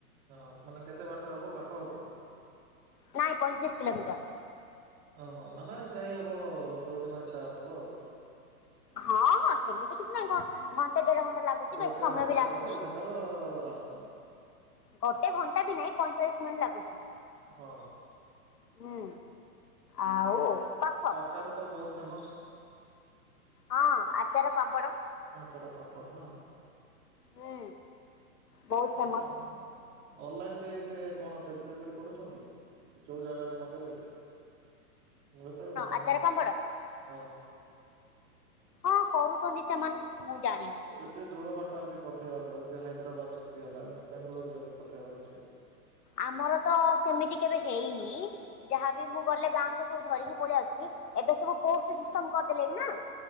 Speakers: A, on the right; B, on the left.
A: ହଁ ମାନେ କେତେ ବାଟ ହବ ପାଖ ହବ?
B: ନାଇଁ ପଇଁତିରିଶ କିିଲୋମିଟର।
A: ଓହୋ ମାନେ ଯାଇ ହବ ଯୋଉଦିନ ଇଚ୍ଛା ହବ ଆଉ।
B: ହଁ ହଁ ସେମିତି କିଛି ନାଇଁ କ ଘଣ୍ଟେ ଦେଢ ଘଣ୍ଟା ଲାଗୁଛି
A: ଗୋଟେ
B: ବେଶୀ ସମୟ
A: ଘଣ୍ଟା
B: ବି ଲାଗୁନି।
A: ଗୋଟେ ଘଣ୍ଟାର ରାସ୍ତା।
B: ଗୋଟେ ଘଣ୍ଟା ବି ନାଇଁ ପଇଁଚାଳିଶ ମିନ ଲାଗୁଛି।
A: ହଁ।
B: ହୁଁ ଆଉ ପାଖ।
A: ତାର ତ ବହୁ ଫେମସ୍।
B: ହଁ ଆଚାର ପାମ୍ପଡ।
A: ଆଚାର ପାମ୍ପଡ଼ ନା
B: ହୁଁ ବହୁତ ଫେମସ୍
A: ବଏ ଆଉ। ଅନଲାଇନ ବି ସେ କଣ ଡେଲିଭରି କରୁଛନ୍ତି ଯୋଉ ଜାଗାରେ ମଗେଇଲେ ବି? ମିଳିପାରିବ ନା
B: ଆଚାର
A: କଣ?
B: ପାମ୍ପଡ଼
A: ହଁ।
B: ହଁ କରୁଛନ୍ତି ସେମାନେ ମୁଁ ଜାଣି
A: ଯଦି ଦୂର ବାଟ ଏମତି ପଠେଇବାର ିବ ଯଦି ହାଇଦ୍ରାବାଦ ଯେମିତି ହେଲା ବାେଙ୍ଗାଲୋରୁ ଯଦି ପଠେଇବାର ଅଛି
B: ଆମର ତ ସେମିତି କେବେ ହେଇନି ଯାହାବି ମୁଁ ଗଲେ ଗାଁକୁ ସବୁ ଧରିକି ପଳେଇ ଆସୁଛି ଏବେ ସବୁ ପୋ ସିଷ୍ଟମ କରିଦେଲେଣି ନା